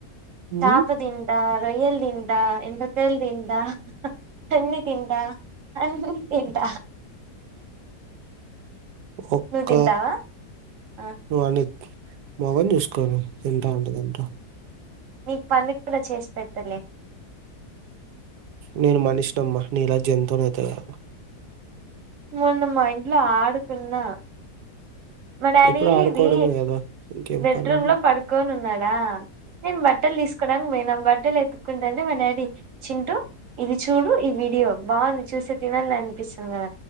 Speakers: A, on the right; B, on the right.
A: ఉమ్,
B: చాప దింటా రొయ్యల్ దింట ఎండకాయల్ తింట పంది తింటా అన్నీ తింటా
A: ఒక్క
B: నువ్వు తింటావా ఆ
A: వాని మగం చూసుకోని తింట ఉంటదంటా
B: నీకు పంది కూరా చేసి పెడతలే
A: నేను మనిషి నమ్మా నీలా జంతువునైతే కాదు
B: మూన్న మా ఇంట్లో ఆడుకున్నా మా డాడీ
A: ఎప్పుడు ఆడుకోవడమే
B: ఇది
A: కదా ఇంకేం
B: బెడ్రూమ్
A: పనుంది
B: లో పడుకోని ఉన్నాడా నేను బట్టలు తీసుకోడానికి బోయిన బట్ ఎతుకుంటాంటె మా డాడీ చింటూ ఇది చూడు ఈ వీడియో బాగుంది చూసే తినాలి అనిపిం కద